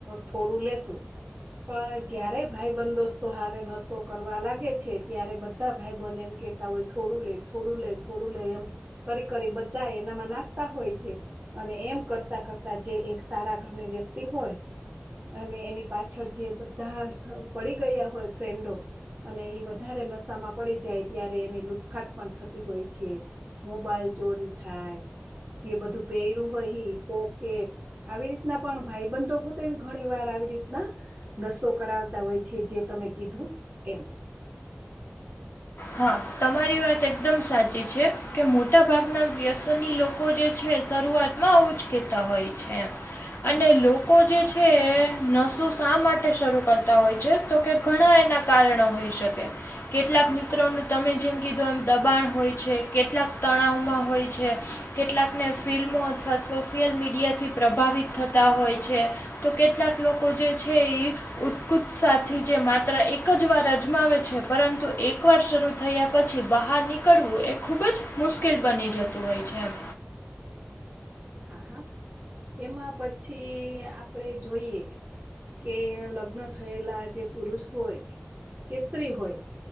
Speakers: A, on the right; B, on the left.
A: થોડું લેશું. પણ જયારે ભાઈ બંધો દોસ્તો હારે નશો કરવા લાગે છે ત્યારે બધા. ભાઈબન એમ કેતા હોય થોડું લે થોડું લે થોડું લે એમ. કરી કરી બધા એનામાં નાખતા હોય છે. અને એમ કરતા કરતા જે એક સારા ઘરની વ્યક્તિ હોય. અને એની પાછળ જે બધા પડી ગયા હોય ફ્રેન્ડો. અને એ વધારે નશામાં પડી જાય ત્યારે એની લૂટફાટ પણ થતી હોય. મોબાઈલ ચોરી થાય જે બધું પહેરું હોય હી પોકેટ. આવી રીતના પણ ભાઈ બંધો હોતાને ઘણી વાર આવી રીતના. નસો કરાવતા હોય છે જે તમે કીધું એમ.
B: હા, તમારી વાત એકદમ સાચી છે કે મોટા ભાગના વ્યસની લોકો જે છે, શરૂઆતમાં આવું જ કેતા હોય છે અને લોકો જે છે નસો શા માટે શરૂ કરતા હોય છે તો કે ઘણા એના કારણો હોઈ શકે કેટલાક મિત્રોનું તમે જેમ કીધું એમ દબાણ હોય છે, કેટલાક તણાવમાં હોય છે કેટલાકને ફિલ્મો અથવા સોશિયલ મીડિયાથી પ્રભાવિત થતા હોય છે તો કેટલાક લોકો જે છે એઈ ઉત્કુત્સાથી જે માત્ર એક જ વાર અજમાવે છે પરંતુ એક એકવાર શરૂ થયા પછી બહાર નીકળવું એ ખૂબ જ મુશ્કેલ બની જતું હોય છે એમ
A: હા, હા, એમાં પછી આપડે જોઈએ કે લગ્ન થયેલા જે પુરુષ હોય કે સ્ત્રી હોય